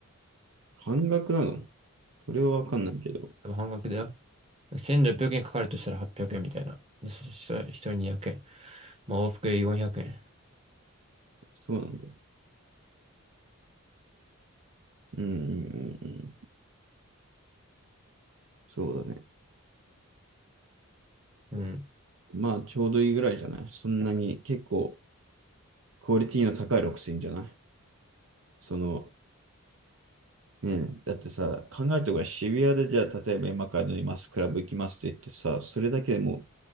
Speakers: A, on the right; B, on the right.
A: 半額なのそれはわかんないけど。
B: 多分半額だよ。1600円かかるとしたら800円みたいな。でそしたら1人200円。まあ往復で400円。
A: そうなんだよ。うんうんうんうん。そうだね。
B: うん
A: まあちょうどいいぐらいじゃないそんなに結構、クオリティの高いロックスいいんじゃないその、ね、だってさ、考えてごらん、渋谷でじゃあ、例えば今から乗ります、クラブ行きますって言ってさ、それだけでも